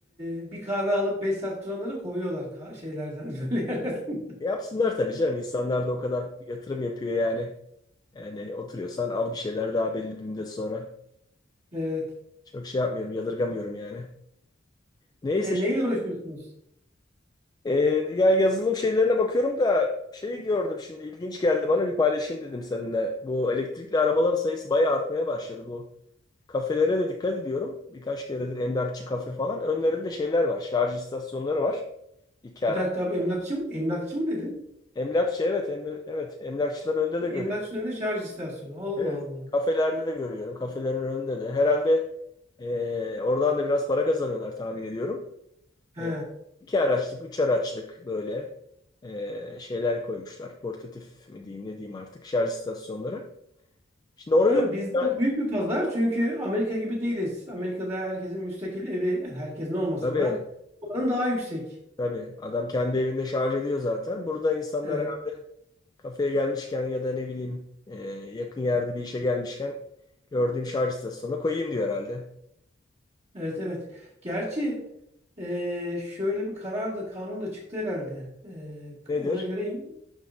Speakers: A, on the right; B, on the left.
A: e, bir kahve alıp 5 saat oturanları kovuyorlar ka- şeylerden, <laughs> böyle yerlerden.
B: yapsınlar tabii canım insanlar da o kadar yatırım yapıyor yani yani oturuyorsan al bir şeyler daha belli bir müddet sonra
A: Evet.
B: çok şey yapmıyorum yadırgamıyorum yani neyse
A: E, neyle uğraşıyorsunuz?
B: Ee, ya yazılım şeylerine bakıyorum da şeyi gördüm şimdi ilginç geldi bana bir paylaşayım dedim seninle. Bu elektrikli arabaların sayısı bayağı artmaya başladı bu. Kafelere de dikkat ediyorum. Birkaç keredir emlakçı kafe falan. Önlerinde şeyler var. Şarj istasyonları var. İki
A: Bir
B: araç.
A: dakika abi emlakçı mı? Emlakçı mı dedin?
B: Emlakçı evet em- evet emlakçıların önünde de
A: Emlakçının
B: görüyorum.
A: önünde şarj istasyonu. Allah
B: Evet.
A: Allah.
B: Kafelerde de görüyorum. Kafelerin önünde de. Herhalde ee, oradan da biraz para kazanıyorlar tahmin ediyorum.
A: He.
B: E, iki araçlık, üç araçlık böyle e, şeyler koymuşlar. Portatif mi diyeyim, ne diyeyim artık şarj istasyonları. Şimdi onu
A: Tabii
B: gördüm.
A: bizde
B: ben.
A: o büyük bir pazar çünkü Amerika gibi değiliz. Amerika'da herkesin müstakil evi, yani herkesin olmasa
B: Tabii,
A: da oranın daha yüksek.
B: tabii. Adam kendi evinde şarj ediyor zaten. Burada insanlara
A: Evet.
B: kafeye gelmişken ya da ne bileyim e, yakın yerde bir işe gelmişken gördüğüm şarj istasyonuna koyayım diyor herhalde.
A: Evet evet. Gerçi eee, şöyle bir karar da kanun da çıktı herhalde. Eee,
B: Nedir?
A: ona göre in-